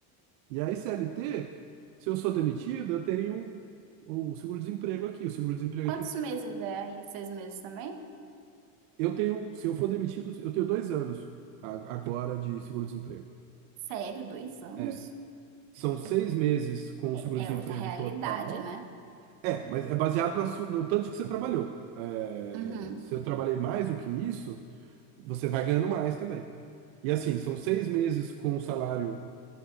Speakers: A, on the right (about 70°); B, on the right (about 55°).
A: E aí CLT, se eu sou demitido, eu tenho o seguro-desemprego aqui. O seguro-desemprego
B: quantos
A: aqui,
B: meses é aí? Seis meses também?
A: eu tenho, se eu for demitido, eu tenho dois anos a- agora de seguro-desemprego.
B: Sério, dois anos?
A: É. São seis meses com o seguro-desemprego
B: É outra realidade,
A: total.
B: né?
A: É, mas é baseado na su- no tanto que você trabalhou. É,
B: Uhum.
A: se eu trabalhei mais do que isso, você vai ganhando mais também. E assim, são seis meses com o salário